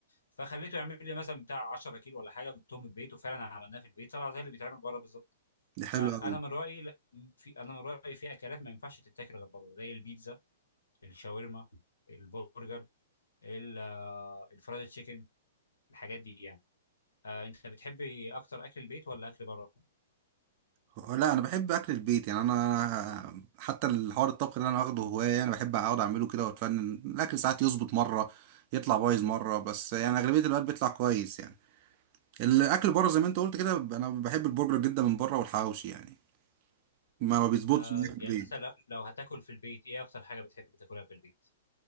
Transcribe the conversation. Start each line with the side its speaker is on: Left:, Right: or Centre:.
Left: فخليته يعمل لي مثلا بتاع 10 كيلو ولا حاجه وجبتهم البيت وفعلا عملناه في البيت طلع زي اللي بيتعمل بره بالظبط
Right: دي
Left: فانا
Right: حلو قوي
Left: أنا من رايي لا- في انا من رايي في اكلات ما ينفعش تتاكل غير بره زي البيتزا الشاورما البرجر ال- آه، الفرايد تشيكن الحاجات دي يعني آه انت بتحبي اكتر اكل البيت ولا اكل بره
Right: لا انا بحب اكل البيت يعني انا أنا حتى الحوار الطبخ اللي انا واخده هوايه يعني بحب اقعد اعمله كده واتفنن الاكل ساعات يظبط مره يطلع بايظ مره بس يعني اغلبيه الوقت بيطلع كويس يعني الاكل بره زي ما انت قلت كده انا بحب البرجر جدا من بره والحواوشي يعني ما ما بيظبطش
Left: آه
Right: معايا في البيت
Left: يعني مثلا لو لو هتاكل في البيت ايه اكتر حاجه بتحب تاكلها في البيت